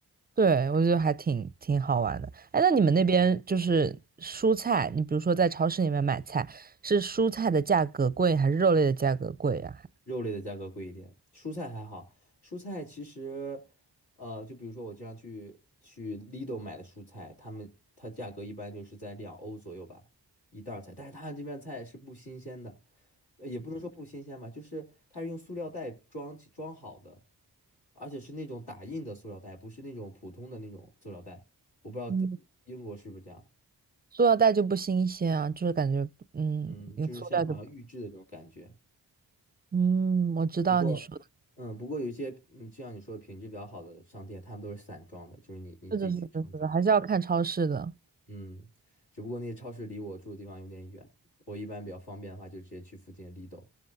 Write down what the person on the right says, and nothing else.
对，我觉得还挺挺好玩的。哎，那你们那边就是蔬菜，你比如说在超市里面买菜，是蔬菜的价格贵还是肉类的价格贵呀、
嗯，塑料袋就不新鲜啊，就是感觉嗯，
用塑料就不，
嗯，我知道你说的，
这就是这就是还是要看超市的。